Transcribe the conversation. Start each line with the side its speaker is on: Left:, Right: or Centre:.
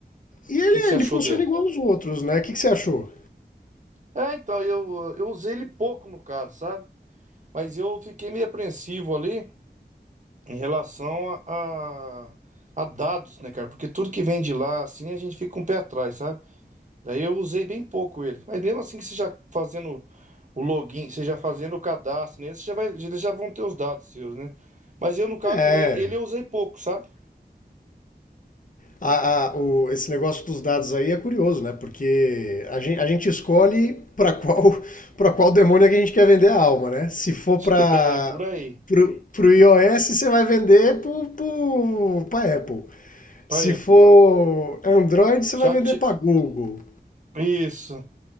Left: E ele,
Right: que que você
Left: ele
Right: achou
Left: funciona
Right: dele?
Left: igual aos outros, né? O que que você achou?
Right: É, então, eu, eu usei ele pouco no caso, sabe? Mas eu fiquei meio apreensivo ali em relação a, a- a dados, né, cara? Porque tudo que vem de lá, assim, a gente fica um pé atrás, sabe? Daí eu usei bem pouco ele. Mas mesmo assim que você já fazendo o login, você já fazendo o cadastro nele, você já vai, eles já vão ter os dados seus, né? Mas eu, no caso,
Left: É,
Right: ne- ele eu usei pouco, sabe?
Left: A- a- o- esse negócio dos dados aí é curioso, né? Porque a gen- a gente, escolhe para <laughs> qual para qual demônio é que a gente quer vender a alma, né? Se for
Right: <laughs>
Left: para
Right: É, por aí.
Left: pro, pro iOS, você vai vender pro, pro, pra Apple.
Right: Pra
Left: Se
Right: Apple.
Left: for Android, você
Right: Chat...
Left: vai vender para Google.
Right: Isso.